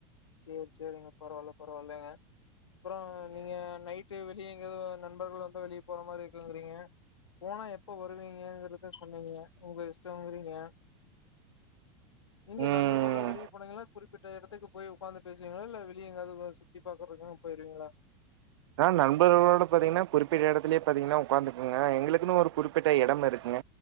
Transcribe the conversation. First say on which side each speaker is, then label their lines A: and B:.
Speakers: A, on the left (about 75°); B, on the right (about 65°).
A: சேர் சேரிங்க பரவால்ல பரவால்லலைங்க அப்புறோ நீங்க நைட் ட்டு வெளியே எங்யாவது நண்பர்கள் வந்தா வெளியே போற மாரி இருக்குங்றீங்க போனா எப்ப வருவீங்கங்றது து சொன்னீங்க உங்க இஷ்டோங்குறீங்க நீங்க
B: ம்
A: நண்பர்களோட வெளிய போனீங்களா குறிப்பிட்ட எடத்துக்கு போய் உக்காந்து பேசுவீங்களா இல்ல வெளிய எங்காவது சுத்தி பாக்குறதுங்க போயிருவீங்களா
B: நா நண்பர்களோட பாத்தீங்கன்னா குறிப்பிட்ட எடத்துலயே பாத்தீங்கன்னா உக்காந்துப்பேங்க எங்களுக்குன்னு ஒரு குறிப்பிட்ட எடம் இருக்குங்க